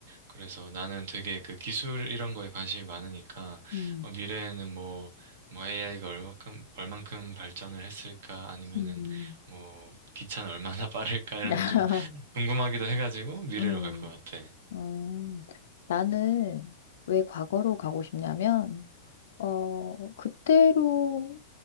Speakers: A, on the right; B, on the left.
A: 그래서 나는 되게 그 기술 이런 거에 관심이 많으니까
B: 음, 음.
A: 어, 미래에는 뭐 뭐 AI가 얼만큼 얼만큼 발전을 했을까 아니면은
B: 음.
A: 뭐 기차는 얼마나 <laughs> 빠를까 이런
B: <laughs>
A: 게 좀 궁금하기도 해가지고 미래로
B: 음.
A: 갈 것 같아.
B: 음, 나는 왜 과거로 가고 싶냐면, 어, 그때로